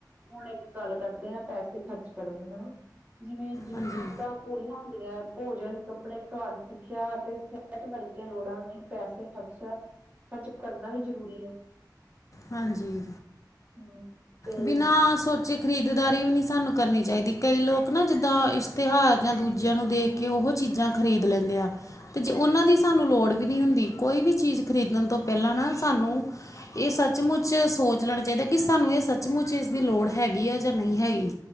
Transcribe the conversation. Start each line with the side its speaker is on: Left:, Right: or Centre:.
Right: ਹੁਣ ਇੱਕ ਗੱਲ ਕਰਦੇ ਆਂ ਪੈਸੇ ਖ਼ਰਚ ਕਰਨ ਲਈ ਹੈਨਾ, ਜਿਵੇਂ ਜ਼ਰੂਰਤਾਂ
Left: ਹਾਂਜੀ
Right: ਪੂਰੀਆਂ ਹੁੰਦੀਆਂ ਭੋਜਨ, ਕੱਪੜੇ ਘਰ, ਸਿੱਖਿਆ ਅਤੇ ਸਿਹਤ ਵਰਗੀਆਂ ਲੋੜਾਂ ਲਈ ਪੈਸੇ ਖਰਚ ਚਾ ਖਰਚ ਕਰਨਾ ਵੀ ਜ਼ਰੂਰੀ ਐ।
Left: ਹਾਂਜੀ
Right: ਹਮ ਤੇ
Left: ਬਿਨਾਂ ਸੋਚੇ ਖਰੀਦਦਾਰੀ ਵੀ ਨੀ ਸਾਨੂੰ ਕਰਨੀ ਚਾਈਦੀ, ਕਈ ਲੋਕ ਨਾ ਜਿੱਦਾਂ ਇਸ਼ਤਿਹਾਰ ਜਾਂ ਦੂਜਿਆਂ ਨੂੰ ਦੇਖ ਕੀ ਉਹੋ ਚੀਜ਼ਾਂ ਖਰੀਦ ਲੈਂਨੇ ਆ। ਤੇ ਜੇ ਓਨਾਂ ਦੀ ਸਾਨੂੰ ਲੋੜ ਵੀ ਨੀ ਹੁੰਦੀ, ਕੋਈ ਵੀ ਚੀਜ਼ ਖਰੀਦਣ ਤੋਂ ਪਹਲਾਂ ਨਾ ਸਾਨੂੰ ਏ ਸਬ ਸੱਚਮੁੱਚ ਸੋਚ ਲੈਣਾ ਚਾਈਦਾ, ਕੀ ਸਾਨੂੰ ਏ ਸੱਚਮੁੱਚ ਇਸ ਦੀ ਲੋੜ ਹੈਗੀ ਆ ਜਾਂ ਨਹੀਂ ਹੈਗੀ।